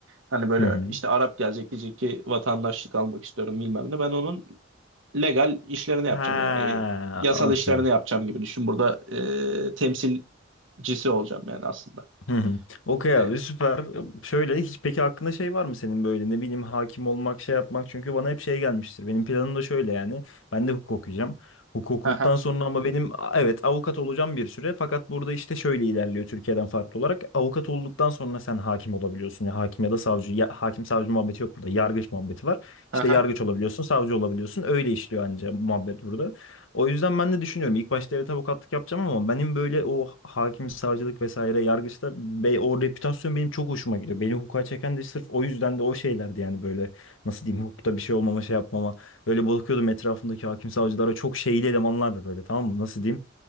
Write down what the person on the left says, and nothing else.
Hı hı.
Ha,
okey.
Hı hı. Okey
abi süper. Şöyle hiç peki hakkında şey var mı senin böyle ne bileyim hakim olmak şey yapmak çünkü bana hep şey gelmiştir. Benim planım da şöyle yani ben de hukuk okuyacağım. Hukuk okuduktan
sonra ama benim a- evet avukat olacağım bir süre fakat burada işte şöyle ilerliyor Türkiye'den farklı olarak. Avukat olduktan sonra sen hakim olabiliyorsun ya hakim ya da savcı ya, hakim savcı muhabbeti yok burada yargıç muhabbeti var.
İşte yargıç
olabiliyorsun savcı olabiliyorsun öyle işliyor anca muhabbet burada. O yüzden ben de düşünüyorum. İlk başta evet avukatlık yapacağım ama benim böyle o hakim, savcılık vesaire yargıçta be, o reputasyon benim çok hoşuma gidiyor. Beni hukuka çeken de sırf o yüzden de o şeylerdi yani böyle nasıl diyeyim hukukta bir şey olmama şey yapmama. Böyle bakıyordum etrafımdaki hakim savcılara çok şeyli elemanlardı böyle tamam mı nasıl diyeyim